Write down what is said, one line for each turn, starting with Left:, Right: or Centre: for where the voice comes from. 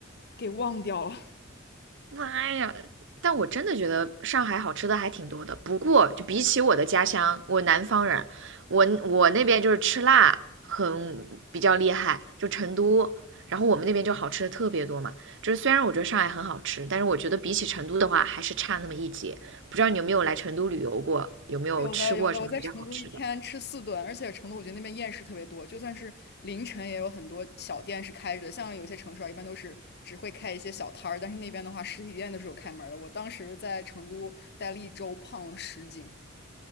Left: 给忘掉了。
Right: 妈呀！但我真的觉得上海好吃的还挺多的。不过，就比起我的家乡，我南方人，我我那边就是吃辣很比较厉害，就成都。然后我们那边就好吃的特别多嘛。就是虽然我觉得上海很好吃，但是我觉得比起成都的话，还是差那么一截。不知道你有没有来成都旅游过，有没有吃过什么比较好吃的？
Left: 有的有的，我在成都一天吃四顿，而且成都我觉得那边夜市特别多，就算是凌晨也有很多小店是开着，像有些城市啊，一般都是只会开一些小摊儿，但是那边的话，实体店都是有开门儿的。我当时在成都待了一周，胖了十斤。